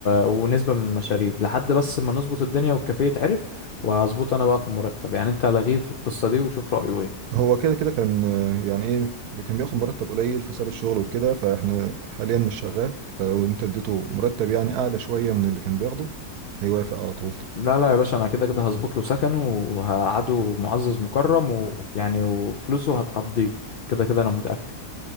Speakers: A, on the left; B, on the right.
A: ونسبة من المشاريب لحد بس ما نظبط الدنيا والكافيه يتعرف وهظبطه انا بقى في المرتب يعني انت لغيه في القصة دي وشوف رأيه ايه
B: هو كده كده كان آه، يعني ايه كان بياخد مرتب قليل فساب الشغل وكده فاحنا حاليا مش شغال فلو انت اديته مرتب يعني اعلى شوية من اللي كان بياخده هيوافق على طول
A: لا لا يا باشا انا كده كده هظبط له سكنه وهقعده معزز مكرم ويعني وفلوسه هتقضيه كده كده انا متأكد